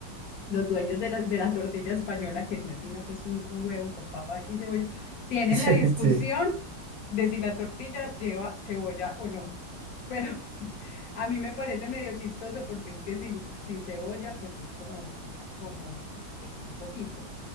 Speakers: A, on the left (about 60°); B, on the right (about 60°).
A: los dueños de la, de la tortilla española, que no es sino pues un, un huevo con papa y cebolla, tienen
B: <laughs> sí,
A: la discusión
B: sí,
A: de si la tortilla lleva cebolla o no. Pero <laughs> a mí me parece medio chistoso porque es que sin, sin cebolla pues es como, como un poquito.